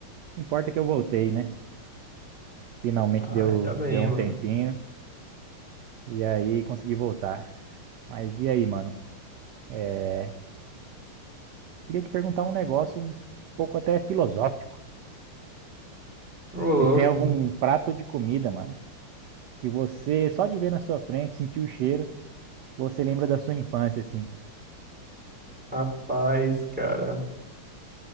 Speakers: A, on the right (about 80°); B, in the centre.
A: que importa é que eu voltei, né? Finalmente
B: Ai,
A: deu,
B: tá bem,
A: deu um
B: mano.
A: tempinho e aí consegui voltar. Mas e aí, mano? É, Queria te perguntar um negócio um pouco até filosófico.
B: Ô, louco.
A: Se tem algum prato de comida, mano, que você só de ver na sua frente, sentir o cheiro, você lembra da sua infância, assim.
B: Rapaz, cara.